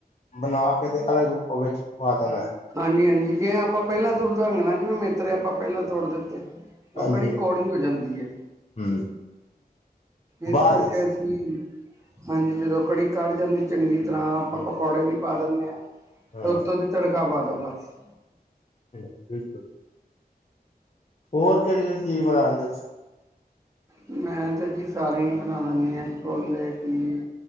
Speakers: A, on the left; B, on the right.
A: ਬਣਾ ਕੇ ਤੇ ਅਲੱਗ ਉਹ ਵਿੱਚ ਪਾ ਦੇਣਾ
B: ਹਾਂਜੀ ਹਾਂਜੀ ਜੇ ਆਪਾਂ ਪਹਿਲਾਂ <unintelligible> ਜਿਵੇਂ ਮੇਤਰੇ ਆਪਾਂ ਪਹਿਲਾਂ ਤੋੜ ਦਿੱਤੇ ਉਹ
A: ਹਾਂਜੀ
B: ਕੜੀ ਕੌੜੀ ਹੋ ਜਾਂਦੀ ਹੈ
A: ਹੂੰ
B: ਇਸ
A: ਬਾਅਦ
B: ਕਰਕੇ
A: ਵਿੱਚ
B: ਅਸੀਂ ਹਾਂਜੀ ਜਦੋਂ ਕੜੀ ਕਢ ਜਾਂਦੀ ਚੰਗੀ ਜਿਸ ਤਰ੍ਹਾਂ ਆਪਾਂ
A: ਹੂੰ
B: ਪਕੌੜੇ ਵੀ ਪਾ ਦਿੰਦੇ ਹਾਂ
A: ਹਾਂ
B: ਤੇ ਉੱਤੋਂ ਦੀ ਤੜਕਾ ਪਾ ਦੋ ਬਸ
A: ਹਾਂ ਬਿਲਕੁਲ ਹੋਰ ਕਿਹੜੀ ਕਿਹੜੀ ਚੀਜ਼ ਬਣਾ ਲੈਂਦੇ ਤੁਸੀਂ
B: ਮੈਂ ਤਾਂ ਜੀ ਸਾਰੀਆਂ ਹੀ ਬਣਾ ਲੈਂਦੀ ਹਾਂ ਛੋਲੇ ਕੀ